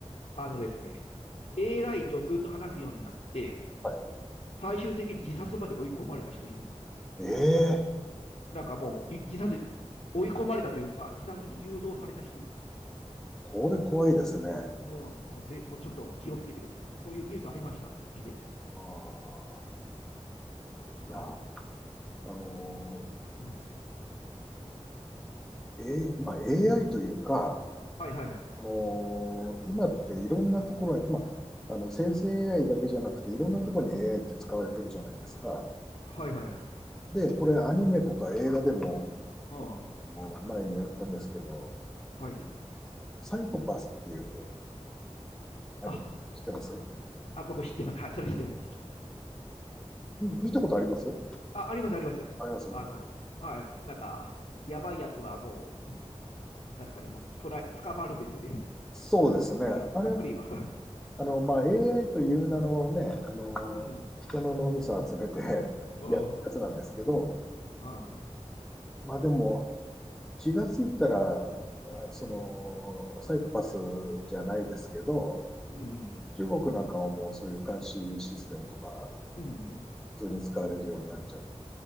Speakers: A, on the left; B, in the centre.
A: あのですね、AI とずっと話すようになって、
B: はい、
A: 最終的に自殺まで追い込まれた人いるんですよ。
B: ええー
A: なんかもう、い自殺、追い込まれたというか、自殺に誘導された人いるんですよ。
B: これ怖いですね。
A: うん、もうぜ、もうちょっと気をつけてください。そういうニュースありました、以前。
B: ああ、
A: はい。
B: いや、あの
A: うん。
B: ーえーまあ、AI というか、
A: はいはいはい。
B: この今っていろんなところに、まあ、あの生成 AI だけじゃなくて、いろんなところに AI って使われてるじゃないですか。
A: はいはいはい。
B: で、これアニメとか映画でも、
A: あ
B: もう前にやったんですけど、
A: あ、はい。
B: サイコパスっていうアニメ知ってます
A: あ、あ、僕知ってます。はい、それ知ってます。知ってます。
B: 見たことあります
A: あ、あります、あります。
B: あります
A: あの、はい、なんか、やばいやつはもう、なんすかね、もう、捕らえ、捕まるんですよね。
B: そうですね。
A: ざっくりは、
B: あれも、
A: ざっくりは。
B: あの、まあ、AI という名のね、あの、
A: <laughs> うん。
B: 人の脳みそを集めてやるやつなんですけど、
A: ああ、はい。
B: まあでも、気がついたら、そのサイコパスじゃないですけど、
A: うん、うん、
B: 中国なんかはもうそういう監視システムとか、
A: うん。
B: 普通に使われるようになっちゃって、